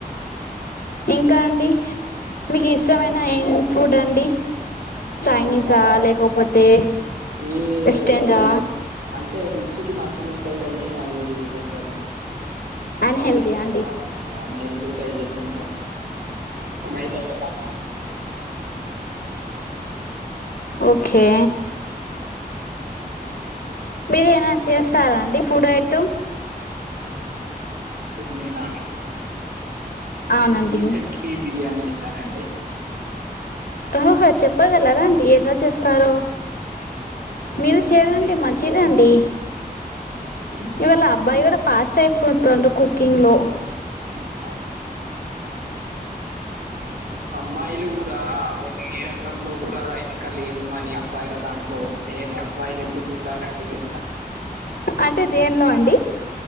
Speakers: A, on the left; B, on the right.
A: ఇంకా అండి మీకు ఇష్టమైన
B: ఆ!
A: ఏ ఫుడ్ అండి
B: ఆ!
A: చైనీసా
B: ఇంకా
A: లేకపోతే
B: ఈ
A: వెస్టర్న్దా
B: చైనస్ అంటే ర మచ్చికి మంచిగా ఉంటాయి కాని అవి కొంచెం
A: అన్
B: డైజషన్
A: హెల్తీ ఆ అండి
B: హ డైజషన్ స ఓక మైదా కదా
A: ఓకే
B: ఫస్
A: మీరు ఏనా చేస్తారా అండి ఫుడ్ ఐటమ్
B: నేనాడి నేను
A: అవునండి
B: రీసెంట్లీ బిర్యానీ చేసానండి
A: ఓహో చెప్పగలరా అండి ఎట్లా చేస్తారో
B: బిర్యానీ
A: మీరు చేయడండి
B: అండి
A: మంచిదండి
B: ఉమ్,
A: ఇవాళ అబ్బాయి కూడా ఫాస్ట్ అయిపోతుండ కుకింగ్ లో
B: అ అమ్మాయిలు కూడా మేము ఏ రంగంలో కూడా అయిన వెనకలేము అని అబ్బాయిల దాంట్లో వస్తే మా అబ్బాయిలు ఎందుకు ఉండాలండి వెనుక
A: అంటే దేనిలో అండి